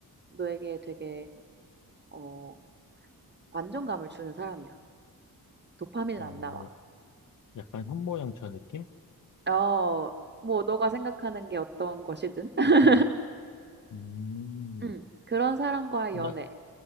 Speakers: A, on the right; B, on the left.
A: 너에게 되게 어 완전감을 주는 사람이야. 도파민은
B: 어,
A: 안 나와.
B: 야- 약간 현모양처 느낌?
A: 어 뭐 너가 생각하는 게 어떤 것이든 <laughs>
B: 음,
A: 음 그런 사람과의
B: 나,
A: 연애.